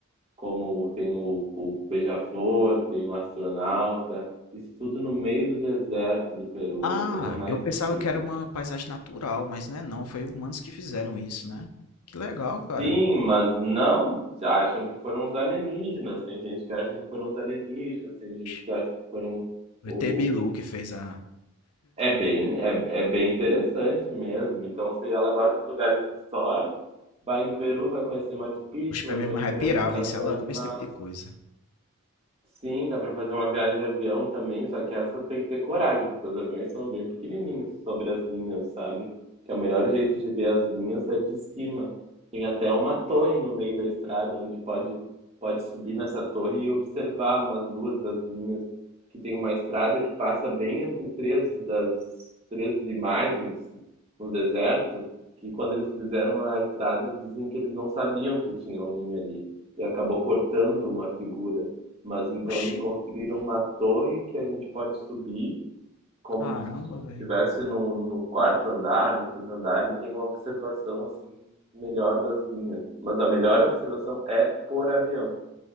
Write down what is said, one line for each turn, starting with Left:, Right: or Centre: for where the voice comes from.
Right: como tem o, o Beija-Flor, tem o Astronauta, isso tudo no meio do deserto do Peru,
Left: Ah,
Right: é a coisa mais
Left: eu pensava
Right: incrível.
Left: que era uma paisagem natural, mas não é não, foi humanos que fizeram isso, né? Que legal, cara.
Right: Sim, mas não já acham que foram os alienígenas, tem gente que acha que foram os alienígenas, tem gente
Left: Oxe,
Right: que acha que foram
Left: O
Right: o...
Left: E t Bilu que fez a...
Right: É bem, é, é bem interessante mesmo. Então, se ela gosta de lugares históricos, vai no Peru, vai conhecer Machu Picchu,
Left: Os prêmios
Right: vai conhecer
Left: vai pirar,
Right: as
Left: viu?
Right: as
Left: Se
Right: Minas
Left: Ela
Right: Gerais,
Left: ama esse tipo de coisa.
Right: Sim, dá pra fazer uma viagem de avião também, só que essa tem que ter coragem, porque os aviões são bem pequenininhos sobre as linhas, sabe? Que é o melhor jeito de ver as linhas é de cima. Tem até uma torre no meio da estrada onde pode pode subir nessa torre e observar umas duas das linhas, que tem uma estrada que passa bem entre três das três imagens no deserto, que quando eles fizeram a estrada dizem que eles não sabiam que tinham linha ali e acabou cortando uma figura. Mas então
Left: Oxi,
Right: eles construíram uma torre que a gente pode subir como
Left: caramba,
Right: se
Left: velho.
Right: estivesse no, no quarto andar, no quinto andar, e tem uma observação assim melhor das linhas. Mas a melhor observação é por avião.